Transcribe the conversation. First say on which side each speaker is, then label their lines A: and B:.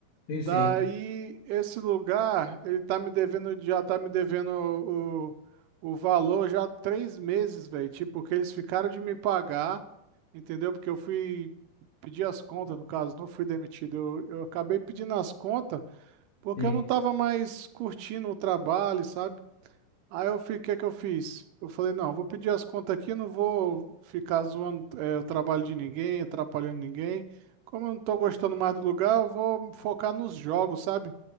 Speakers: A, on the left; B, on the right.
A: Sim,
B: Daí,
A: sim.
B: esse lugar, ele tá me devendo, já tá me devendo o, o valor já há três meses, velho. Tipo, porque eles ficaram de me pagar, entendeu? Porque eu fui pedir as contas, no caso, não fui demitido. Eu, eu acabei pedindo as contas porque
A: Sim,
B: eu não tava mais curtindo o trabalho, sabe? Aí eu fiquei, o que é que eu fiz? Eu falei, não, eu vou pedir as contas aqui, não vou ficar zoando é, o trabalho de ninguém, atrapalhando ninguém. Como eu não tô gostando mais do lugar, eu vou me focar nos jogos, sabe?